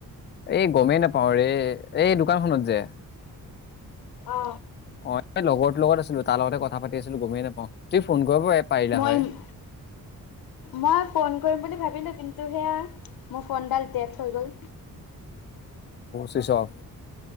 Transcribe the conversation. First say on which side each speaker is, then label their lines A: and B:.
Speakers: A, on the left; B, on the left.
A: এই গমেই নাপাওঁ ৰে। এই দোকানখনত যে
B: অ
A: অ, এ লগৰটোৰ লগত আছিলো তাৰ লগতে কথা পাতি আছিলো গমেই নাপাওঁ তুমি ফোন কৰিবই পাৰিলা
B: মই
A: হয়।
B: মই ফোন কৰিম বুলি ভাবিলো কিন্তু সেয়া মোৰ ফোনডাল, ডেথ হৈ গ'ল,
A: ছুইটছ অ'ফ,